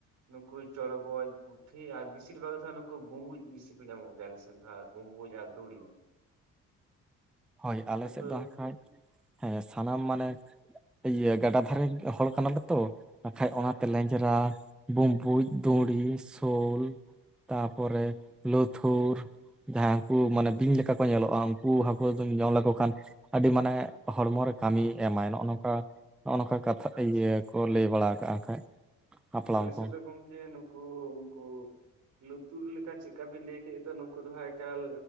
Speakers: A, on the right; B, in the centre.
A: ᱱᱚᱠᱩ ᱪᱚᱲᱜᱚᱡ ᱯᱩᱛᱷᱤ ᱟᱨ ᱵᱤᱥᱤᱨ ᱵᱷᱟᱜᱽ ᱫᱚ ᱱᱩᱠᱩ ᱵᱩᱸᱵᱩᱡ ᱵᱤᱥᱤ ᱠᱚ ᱧᱟᱢᱚᱜ ᱜᱮᱭᱟ ᱟᱞᱮᱥᱮᱱ ᱫᱚ ᱟᱨ ᱵᱩᱸᱵᱩᱡ ᱟᱨ ᱫᱩᱲᱤ᱾
B: ᱦᱳᱭ ᱟᱞᱮ
A: ᱱᱩᱠᱩ
B: ᱥᱮᱫ ᱫᱚ ᱦᱟᱸᱜ ᱠᱷᱟᱡ ᱦᱮᱸ ᱥᱟᱱᱟᱢ ᱢᱟᱱᱮ, ᱤᱭᱟᱹ ᱜᱟᱰᱟ ᱫᱷᱟᱨᱮ ᱦᱚᱲ ᱠᱟᱱᱟᱞᱮ ᱛᱚ ᱵᱟᱠᱷᱟᱡ
A: ᱦᱮᱸ
B: ᱚᱱᱟᱛᱮᱞᱮ
A: ᱦᱮᱸ
B: ᱪᱮᱨᱟ ᱵᱩᱸᱵᱩᱡ, ᱫᱩᱲᱤ, ᱥᱳᱞ ᱛᱟ ᱯᱚᱨᱮ ᱞᱩᱛᱷᱩᱨ ᱡᱟᱦᱟᱸᱭ ᱩᱱᱠᱩ ᱢᱟᱱᱮ ᱵᱤᱧ ᱞᱮᱠᱟ ᱠᱚ ᱧᱮᱞᱚᱜ-ᱟ ᱩᱱᱠᱩ <unintelligible> ᱡᱚᱢ ᱞᱮᱠᱚ ᱠᱷᱟᱱ ᱟᱹᱰᱤ ᱢᱟᱱᱮ ᱦᱚᱲᱢᱚᱨ ᱠᱟᱹᱢᱤ ᱮᱢᱟᱭ ᱱᱚᱜ-ᱚ ᱱᱚᱝᱠᱟ ᱱᱚᱜ-ᱚ ᱱᱚᱝᱠᱟ ᱠᱟᱛᱷᱟ
A: ᱟᱪᱪᱷᱟ
B: ᱤᱭᱟᱹ
A: ᱟᱪᱪᱷᱟ
B: ᱠᱚ
A: ᱟᱪᱪᱷᱟ
B: ᱞᱟᱹᱭ ᱵᱟᱲᱟ ᱠᱟᱜ-ᱟ ᱠᱷᱟᱡ ᱦᱟᱯᱲᱟᱢ
A: ᱟᱞᱮ
B: ᱠᱚ
A: ᱥᱮᱫ ᱜᱚᱝᱠᱮ ᱱᱩᱠᱩ ᱩᱱᱠᱩ ᱞᱩᱛᱩᱨ ᱞᱮᱠᱟ ᱪᱮᱜᱠᱟᱵᱤᱱ ᱞᱟᱹᱭ ᱠᱮᱫ ᱫᱚ ᱱᱩᱠᱩ ᱫᱚ ᱦᱟᱸᱜ ᱮᱠᱟᱞ